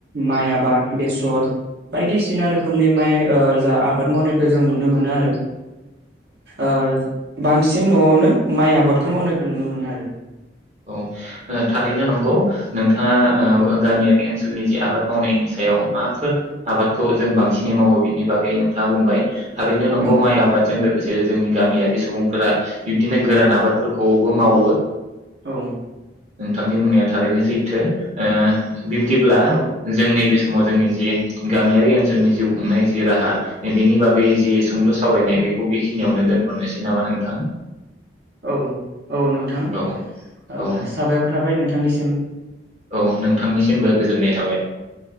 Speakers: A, on the right (about 65°); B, on the right (about 40°).
A: माइ आबाद बेसर बायदिसिना रोखोमनि माइ ओ जा आबाद मावनायखौ जों नुनो मोनो आरो आ बांसिन न'आवनो माइ आबादखौ मावनायखौ नुनो मोनो आरो
B: औ थारैनो नंगौ नोंथाङा
A: औ
B: ओ गामिया ओनसोलनि जे आबाद मावनायनि सायाव माफोर आबादखौ जों बांसिनै मावो बेनि बागै नोंथाङा बुंबाय थारैनो नंगौ
A: औ
B: माइ आबादजों लोगोसे जे जोंनि गामियारि सुबुंफोरा बिब्दिनो गोरान आबादफोरखौबो मावो
A: औ
B: नोंथांनि बुंनाया थारैनो सैथो ओ बिब्दिब्ला
A: औ
B: जों नैबे समाव जोंनि जि गामियारि ओनसोलनि जिउ खुंनाय जि राहा बेनि बागै जि सुंद' सावरायनाय बेखौ बेखिनियावनो दोनथ'नोसै नामा नोंथां?
A: औ औ नोंथां।
B: औ
A: ओ
B: औ
A: साबायखर थाबाय नोंथांनिसिम। उम
B: औ नोंथांनिसिमबो गोजोननाय थाबाय।